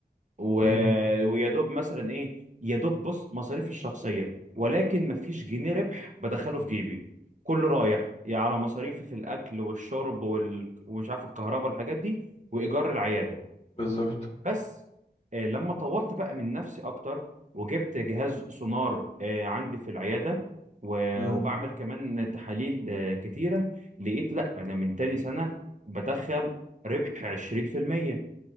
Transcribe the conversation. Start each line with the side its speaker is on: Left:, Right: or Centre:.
Right: و...
Left: امم
Right: ويا دوب مثلا ايه يا دوب بص مصاريفي الشخصيه ولكن مفيش جنيه ربح بدخله في جيبي كله رايح يعني على مصاريفي في الاكل والشرب وال... ومش عارف الكهرباء والحاجات دي وايجار العياده
Left: بالظبط
Right: بس آه، لما طورت بقى من نفسي اكتر وجبت جهاز سونار آه، عندي في العياده و-
Left: امم
Right: وبعمل كمان تحاليل آه، كتيره لقيت لا انا من تاني سنه بدخل ربح 20%